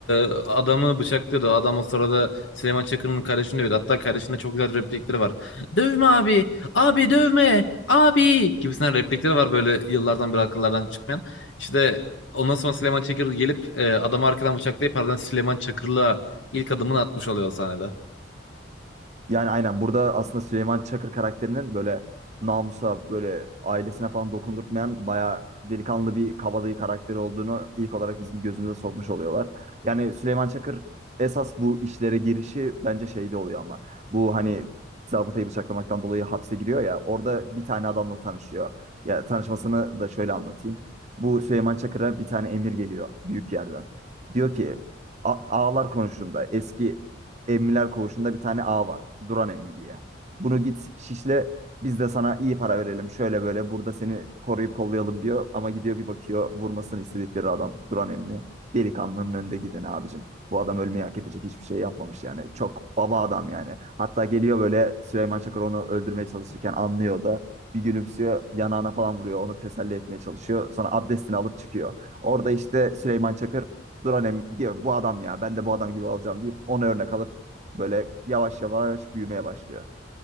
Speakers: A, on the left; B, on the right.
A: e, adamı bıçaklıyordu. Adam o sırada Süleyman Çakır'ın kardeşini dövüyordu. Hatta kardeşinde çok güzel replikleri var. Dövme abi, abi dövme, abi gibisinden replikleri var böyle yıllardan beri akıllardan çıkmayan. İşte ondan sonra Süleyman Çakır gelip e, adamı arkadan bıçaklayıp ardından Süleyman Çakır'la ilk adımını atmış oluyor o sahnede.
B: Yani aynen burada aslında Süleyman Çakır karakterinin böyle namusa böyle ailesine falan dokundurtmayan bayağı delikanlı bir kabadayı karakteri olduğunu ilk olarak bizim gözümüze sokmuş oluyorlar. Yani Süleyman Çakır esas bu işlere girişi bence şeyde oluyor ama bu hani zabıtayı bıçaklamaktan dolayı hapse giriyor ya orada bir tane adamla tanışıyor. Ya tanışmasını da şöyle anlatayım. Bu Süleyman Çakır'a bir tane emir geliyor büyük yerden. Diyor ki "A- ağalar konuşunda eski Emmiler Koğuşu'nda bir tane ağ var. Duran Emmi diye. Bunu git şişle biz de sana iyi para verelim. Şöyle böyle burada seni koruyup kollayalım diyor. Ama gidiyor bir bakıyor vurmasını istedikleri adam Duran Emmi. Delikanlının önde giden abicim. Bu adam ölmeyi hak edecek hiçbir şey yapmamış yani. Çok baba adam yani. Hatta geliyor böyle Süleyman Çakır onu öldürmeye çalışırken anlıyor da. Bir gülümsüyor yanağına falan vuruyor onu teselli etmeye çalışıyor. Sonra abdestini alıp çıkıyor. Orada işte Süleyman Çakır Duran Emmi diyor bu adam ya ben de bu adam gibi olacağım deyip ona örnek alıp Böyle yavaş yavaş büyümeye başlıyor.